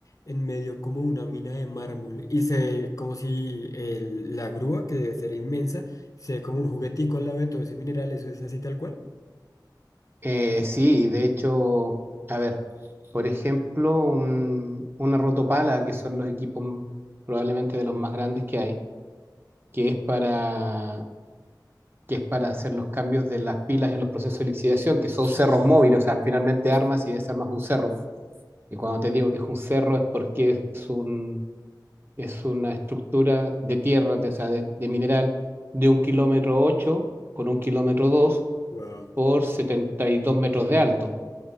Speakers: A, on the left; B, on the right.
A: en medio como una mina de mármol y se ve como si el- la grúa, que debe ser inmensa, se ve como un juguetico al lado de todo ese mineral, eso es así tal cual.
B: eh, sí, de hecho, a ver, por ejemplo, un- una rotopala, que son los equipos probablemente de los más grandes que hay, que es para que es para hacer los cambios de las pilas en los procesos de lixiviación, que son cerros móviles, o sea, finalmente armas y desarmas un cerro. Y cuando te digo que es un cerro es porque es, un, es una estructura de tierra, de, o sea, de, de mineral, de un kilómetro 8 por un kilómetro 2
A: Wow,
B: por 72 metros de alto.